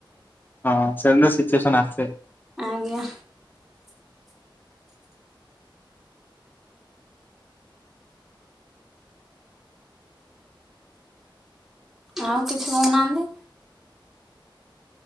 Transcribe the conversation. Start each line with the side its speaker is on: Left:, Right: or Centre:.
Left: ହଁ ସେ ସିଚୁଏସନ୍ ଆସେ।
Centre: ଆଜ୍ଞା। ଆଉ କିଛି କହୁନାହାନ୍ତି।